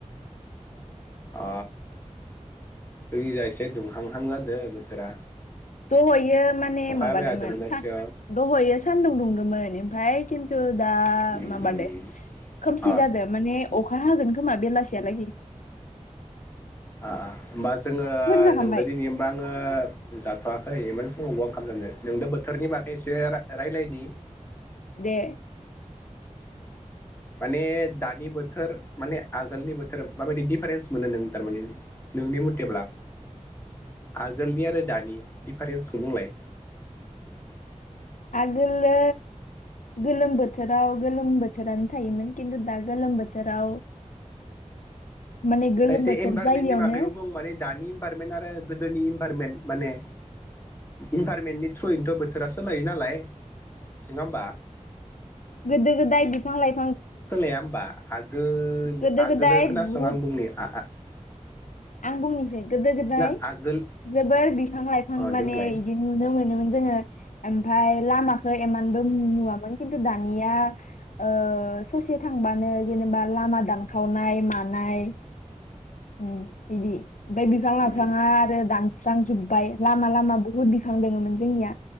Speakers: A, on the left; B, on the left.
A: ओ जोंनिजा एसे दुंहांहां जादों बोथोरा।
B: दहयो थार माने
A: अखाया
B: माबादोंमोन
A: बायादों मोनना
B: सान
A: सिगां
B: दहयो सानदुं दुंदोंमोन ओमफाय खिन्थु दा
A: उम
B: माबादो
A: उम
B: खोमसि
A: अ
B: जादो माने अखा हागोन खोमा बेलासियालागि।
A: ओ होमबा जोङो
B: जाखांबाय
A: नोंबो दिनै होमबा आङो जाथवा होइ इमान फुङाव अवा ओंखाम जानो? नोंदो बोथोरनि बागै एसे रा-रायलायनि
B: दे
A: माने दानि बोथोर माने आगोलनि बोथोर माबायदि डिफारेन्स मोनो नों थारमाने नोंनि मथेब्ला? आगोलनि आरो दानि डिफारेन्सखौ बुंलाय
B: आगोलो गोलोम बोथोराव गोलोम बोथोरानो थायोमोन खिन्थु दा गोलोम बोथोराव माने गोलोम
A: खायसे
B: बोथोर
A: इनभारनमेन्टनि
B: जायियावनो
A: बागैबो बुं माने दानि इनभारनमेन्ट आरो गोदोनि इनभारनमेन्ट माने इनभारनमेन्टनि थ्रयनोथ' बोथोरा सोलायो नालाय नोङा होमबा?
B: गोदो गोदाय बिफां लाइ
A: सोलाया होमबा? आगोल
B: गोदो
A: आगोलो
B: गोदाय
A: खोनासं
B: बुहुद
A: आं बुंनि आ आ
B: आं बुंनिसै गोदो गोदाय
A: ना आगोल
B: जोबोर बिफां लाइफां
A: अ
B: माने
A: देमोनलाय
B: बिदि नुनो मोन नोमोन जोङो ओमफाय लामाखौ एमानबो नुवामोन खिन्थु दानिया ओ ससे थांबानो जेनेबा लामा दानखावनाय मानाय ओ बिदि ओमफाय बिफां लाइफाङा
A: उम
B: आरो दानस्र दानजोबबाय लामा लामा बुहुत बिफां दोङोमोन जोंनिया